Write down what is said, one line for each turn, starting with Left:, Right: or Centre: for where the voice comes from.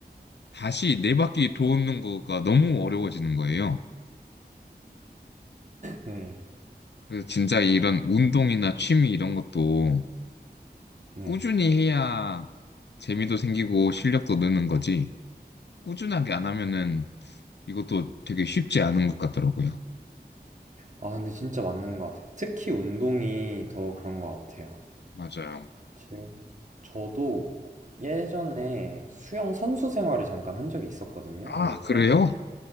Left: 다시 네 바퀴 도는 거가 너무 어려워지는 거예요.
Right: 네.
Left: 그래서 진짜 이런 운동이나 취미 이런 것도
Right: 네.
Left: 꾸준히 해야 재미도 생기고 실력도 느는 거지. 꾸준하게 안 하면은 이것도 되게 쉽지 않은 것 같더라고요.
Right: 아, 근데 진짜 맞는 것 같아요. 특히 운동이 더 그런 것 같아요.
Left: 맞아요.
Right: 제- 저도 예전에 수영 선수 생활을 잠깐 한 적이 있었거든요,
Left: 아,
Right: 어릴
Left: 그래요?
Right: 때.